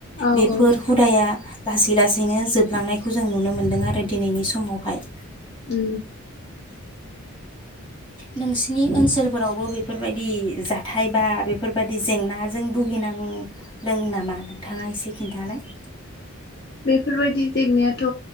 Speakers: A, on the left; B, on the left.
A: औ
B: बेफोर
A: औ
B: हुदाया लासै लासैनो जोबलांनायखौ जों नुनो मोन्दों आरो दिनैनि समावहाय।
A: उ
B: नों सिनि ओनसोलफोरावबो बेफोरबायदि जाथाय बा बेफोरबायदि जेंनाजों भुगिनांदों नामा? नोंथाङा एसे खिन्थालाय।
A: बेफोर बायदि जेंनायाथ